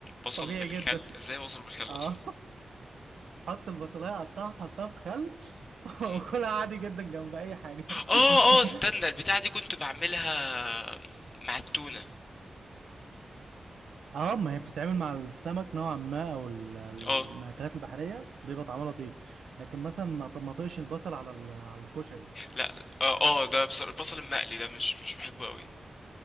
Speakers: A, on the left; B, on the right.
A: بصل
B: طبيعي
A: بالخل
B: جدا
A: ازاي بصل
B: <laughs>
A: بالخل
B: اه
A: اصلا
B: حط البصلايه قطعها حطها في خل <laughs>
A: مهم.
B: وكلها عادي جدا جنب اي حاجه <laughs>
A: اه
B: لكن
A: اه استنى البتاعة دي كنت بعملها مع التونة
B: اه ما هي بتتعمل مع السمك نوعا ما او ال- المأكولات
A: اه
B: البحريه بيبقى طعمها لطيف لكن مثلا ما ط- ما طقش البصل على ال- على الكشري
A: لا اه اه ده بص- البصل المقلي ده مش مش بحبه قوي